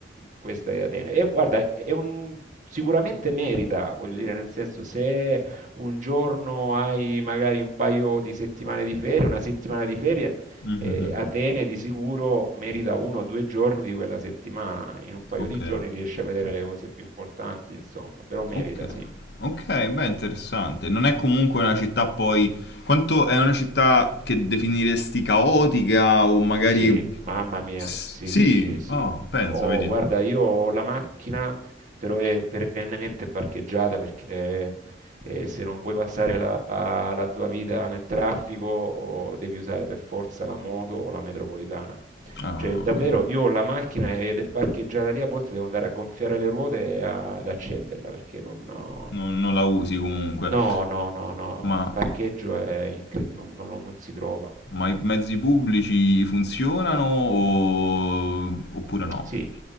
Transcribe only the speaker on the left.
Mhm.
Ok.
Ok.
Ok, beh, interessante. Non è comunque una città poi... Quanto è una città che definiresti caotica o magari...
S-
Sì,
oh, penso,
vedi.
Ah,
ok.
non, non la usi comunque,
ma,
ma i mezzi pubblici funzionano o- oppure no?